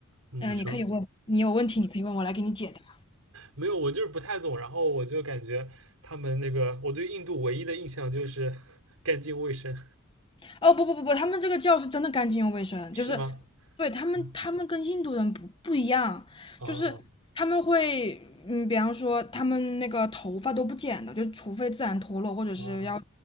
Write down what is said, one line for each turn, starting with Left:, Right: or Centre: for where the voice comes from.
Right: 嗯，
Left: 嗯、
Right: 你说
Left: 你可以问，你有问题你可以问我来给你解答。
Right: 没有，我就是不太懂，然后我就感觉他们那个，我对印度唯一的印象就是 <laughs> 干净卫生，
Left: 哦不不不不，他们这个教是真的干净又卫生，
Right: 是吗？
Left: 就是对他们他们跟印度人不不一样，
Right: 嗯，哦
Left: 就是他们会嗯，比方说他们那个头发都不剪的，就除非自然脱落或者是要
Right: 哦，